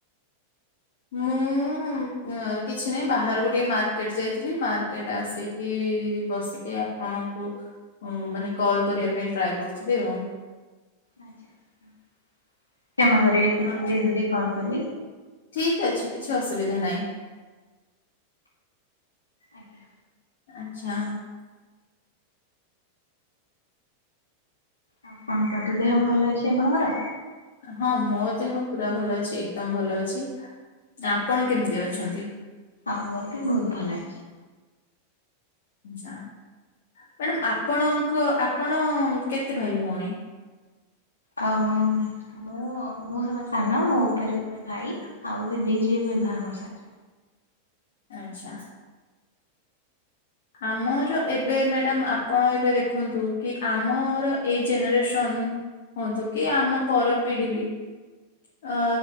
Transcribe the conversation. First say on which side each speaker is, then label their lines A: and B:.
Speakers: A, on the left; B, on the left.
A: ମୁଁ କିଛି ନାହିଁ ବାହାରୁ ଟିକେ ମାର୍କେଟ ଯାଇଥିଲି ମାର୍କେଟ ଆସିକି ବସିକି ଆ ପଣଙ୍କୁ ମାନେ କଲ୍ କରିବା ପାଇଁ ଟ୍ରାଏ କରୁଥିଲି ଆଉ।
B: ଆଚ୍ଛା କ୍ଷମା କରିବେ ଟିକେ
A: ହଁ,
B: ଡେରିରେ କଲ୍ କଲି।
A: ଠିକ ଅଛି କିଛି ଅସୁବିଧା ନାହିଁ।
B: ଆଜ୍ଞା।
A: ଆଚ୍ଛା।
B: ଆଉ କଣ କୁହନ୍ତୁ ଦେହ ଭଲ ଅଛି ଆପଣଙ୍କର?
A: ହଁ ମୋ ଦେହ ପୁରା ଭଲ ଅଛି ଏକଦମ ଭଲ ଅଛି ଆପଣ କେମିତି ଅଛନ୍ତି?
B: ହଁ ମୁଁ ବି ବହୁତ ଭଲ ଅଛି।
A: ଆଚ୍ଛା ମ୍ୟାଡ଼ାମ ଆପଣଙ୍କ ଆପଣ କେତେ ଭାଇ ଭଉଣୀ?
B: ଆଁମ୍ ମୁଁ ମୁଁ ସବା ସାନ ମୋ ଉପରେ ଗୋଟେ ଭାଇ ଆଉ ଦିଦି ଯିଏ ବି ବିବାହ କରିସାର
A: ଆଚ୍ଛା। ଆମର ଏବେ ମ୍ୟାଡ଼ାମ ଆପଣ ଏବେ ଦେଖନ୍ତୁ କି ଆମର ଏଇ ଜେନେରେସନ୍ ହୁଅନ୍ତୁ କି ଆମ ପରପିଢ଼ି ବି ଅ